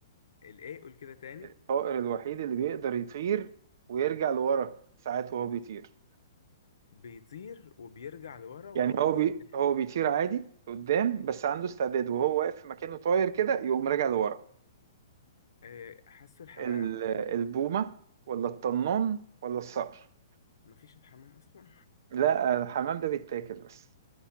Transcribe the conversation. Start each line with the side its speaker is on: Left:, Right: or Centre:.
Left: الايه قول كده تاني
Right: الطائر الوحيد اللي بيقدر يطير ويرجع لورا ساعات وهو بيطير
Left: بيطير وبيرجع لورا وهو
Right: يعني
Left: طاير
Right: هو بي...
Left: الح-
Right: هو بيطير عادي قدام بس عنده استعداد وهو واقف في مكانه طاير كده يقوم راجع لورا
Left: آه، حاسه الحمام
Right: ال... البومة ولا الطنان ولا الصقر
Left: مفيش الحمام اصلا
Right: لا الحمام ده بيتاكل بس